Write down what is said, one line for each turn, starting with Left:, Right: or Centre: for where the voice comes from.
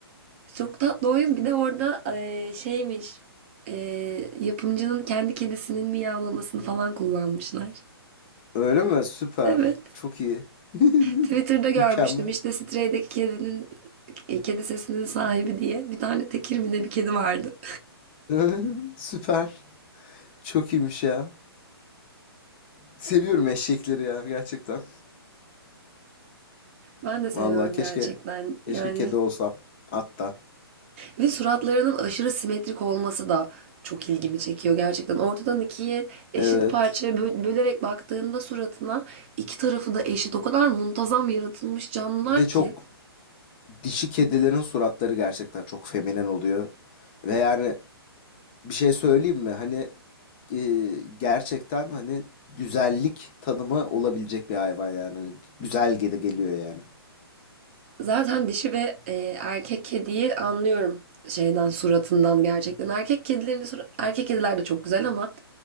Right: Çok tatlı oyun. Bir de orada eee, şeymiş. eee, yapımcının kendi kedisinin miyavlamasını falan kullanmışlar.
Left: Öyle mi? Süper.
Right: Evet.
Left: Çok iyi. <laughs>
Right: Twitter'da görmüştüm.
Left: Mükemmel.
Right: İşte Stray'deki kedinin e, kedi sesinin sahibi diye bir tane tekir mi ne bir kedi vardı.
Left: <laughs> Süper. Çok iyiymiş ya. Seviyorum eşekleri ya gerçekten.
Right: Ben de seviyorum
Left: Vallahi keşke
Right: gerçekten. Yani
Left: keşke kedi olsam hatta.
Right: Ve suratlarının aşırı simetrik olması da çok ilgimi çekiyor gerçekten. Ortadan ikiye eşit
Left: Evet.
Right: parçaya bö- bölerek baktığında suratına iki tarafı da eşit. O kadar muntazam yaratılmış canlılar
Left: Bir de çok
Right: ki.
Left: dişi kedilerin suratları gerçekten çok feminen oluyor. Ve yani Bir şey söyleyeyim mi? Hani e, gerçekten hani güzellik tanımı olabilecek bir hayvan yani. Hani güzel gele geliyor yani.
Right: Zaten dişi ve e, erkek kediyi anlıyorum şeyden suratından gerçekten. Erkek kedilerin sura- erkek kediler de çok güzel ama